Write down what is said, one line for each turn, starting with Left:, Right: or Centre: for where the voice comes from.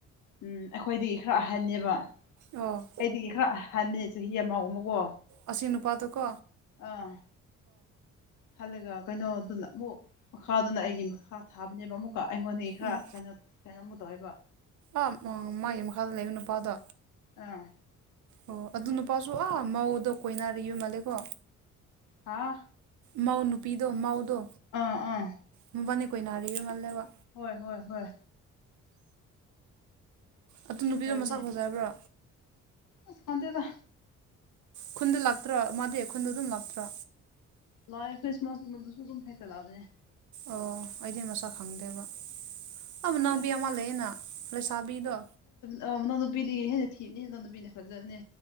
Left: ꯎꯝ ꯑꯩꯈꯣꯏꯗꯤꯒꯤ ꯈꯔ ꯑꯍꯟꯅꯦꯕ
Right: ꯑꯣ
Left: ꯑꯩꯗꯒꯤ ꯈꯔ ꯑꯍꯟꯅꯦ ꯆꯍꯤ ꯑꯃ ꯑꯃꯀꯣ
Right: ꯑꯁꯤ ꯅꯨꯄꯥꯗꯨ ꯀꯣ
Left: ꯑꯥ ꯍꯜꯂꯒ ꯀꯩꯅꯣꯗꯨꯅ ꯑꯃꯨꯛ ꯃꯈꯥꯗꯨꯅ ꯑꯩꯒꯤ ꯃꯈꯥ ꯊꯥꯕꯅꯦꯕ ꯑꯃꯨꯛ ꯀꯣ ꯑꯩꯉꯣꯟꯗꯒꯤ ꯈꯔ
Right: ꯎꯝ
Left: ꯀꯩꯅꯣ ꯀꯩꯅꯣꯝꯃꯨ ꯇꯧꯋꯦꯕ
Right: ꯑꯥ ꯃꯥ ꯃꯥꯒꯤ ꯃꯈꯥꯗ ꯂꯩꯕ ꯅꯨꯄꯥꯗꯣ
Left: ꯑꯥ
Right: ꯑꯣ ꯑꯗꯨ ꯅꯨꯄꯥꯁꯨ ꯑꯥ ꯃꯧꯗꯣ ꯀꯣꯏꯅꯔꯤ ꯃꯥꯜꯂꯦꯀꯣ
Left: ꯍꯥ
Right: ꯃꯧ ꯅꯨꯄꯤꯗꯣ ꯃꯧꯗꯣ
Left: ꯑꯥ ꯑꯥ
Right: ꯃꯕꯥꯅꯤ ꯀꯣꯏꯅꯥꯔꯤꯕ ꯃꯥꯜꯂꯦꯕ
Left: ꯍꯣꯏ ꯍꯣꯏ ꯍꯣꯏ
Right: ꯑꯗꯨ ꯅꯨꯄꯤꯗꯣ
Left: ꯇꯧꯕꯅꯦ
Right: ꯃꯁꯛ ꯐꯖꯔꯕ꯭ꯔꯥ
Left: ꯑꯁ ꯈꯡꯗꯦꯗ
Right: ꯈꯨꯟꯗ ꯂꯥꯛꯇ꯭ꯔꯣ ꯃꯥꯗꯤ ꯈꯨꯟꯗꯣ ꯑꯗꯨꯝ ꯂꯥꯛꯇ꯭ꯔꯣ
Left: ꯂꯥꯛꯑꯦ ꯈ꯭ꯔꯤꯁꯃꯥꯁ ꯃꯇꯝ ꯒꯨꯝꯕꯗ ꯍꯦꯛꯇ ꯂꯥꯛꯕꯅꯤ
Right: ꯑꯣ ꯑꯩꯗꯤ ꯃꯁꯛ ꯈꯪꯗꯦꯕ ꯑꯥ ꯃꯅꯥꯎꯕꯤ
Left: ꯑꯦ
Right: ꯑꯃ ꯂꯩꯅ ꯂꯩꯁꯥꯕꯤꯗꯣ
Left: ꯑꯧ ꯃꯅꯥꯎ ꯅꯨꯄꯤꯗꯒꯤ ꯍꯦꯟꯅ ꯊꯤꯕꯅꯤ ꯃꯅꯥꯎ ꯅꯨꯄꯤꯅ ꯐꯖꯕꯅꯦ